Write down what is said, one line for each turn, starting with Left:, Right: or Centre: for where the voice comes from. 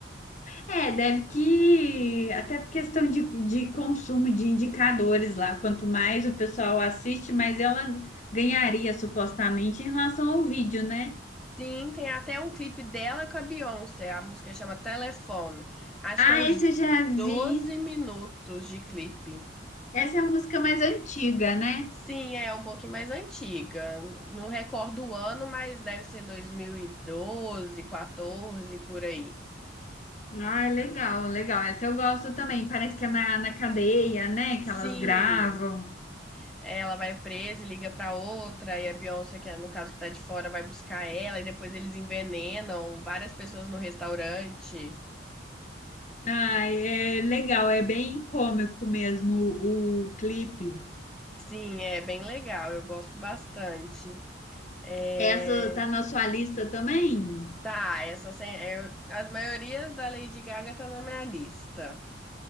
Left: É, deve que até por questão de, de consumo de indicadores lá. Quanto mais o pessoal assiste, mais ela ganharia supostamente em relação ao vídeo, né?
Centre: Sim, tem até um clipe dela com a Beyoncé, a música chama Telefone. Acho
Left: Ah,
Centre: que é uns
Left: esse eu já vi.
Centre: 12 minutos de clipe.
Left: Essa é a música mais antiga, né?
Centre: Sim, é um pouquinho mais antiga. Não recordo o ano, mas deve ser 2012, quatorze por aí.
Left: Ah, legal, legal. Essa eu gosto também. Parece que é na, na cadeia, né? Que elas
Centre: Sim.
Left: gravam.
Centre: É, Ela vai presa e liga pra outra, e a Beyoncé, que é no caso que tá de fora, vai buscar ela, e depois eles envenenam várias pessoas no restaurante.
Left: Ah, é legal, é bem cômico mesmo o o clipe.
Centre: Sim, é bem legal, eu gosto bastante. É,
Left: Essa tá na sua lista também?
Centre: Tá, essa sem- eu- as maiorias da Lady Gaga tá na minha lista.